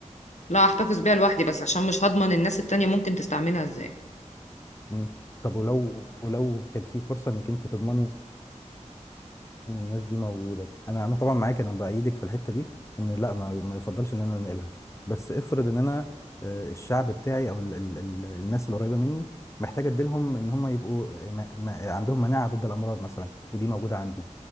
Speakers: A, on the left; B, on the left.
A: لا احتفظ بيها لوحدي بس عشان مش هضمن الناس التانية ممكن تستعملها ازاي
B: مم. طب ولو ولو كانت في فرصه انك انت تضمني ان الناس دي موجوده انا انا طبعا معاك انا بايدك في الحته دي ان لا ما, ما يفضلش ان انا انقلها بس افرض ان انا آه، الشعب بتاعي او ال ال ال الناس القريبه مني محتاج اديلهم ان هم يبقوا آه، ما ما عندهم مناعه ضد الامراض مثلا ودي موجوده عندي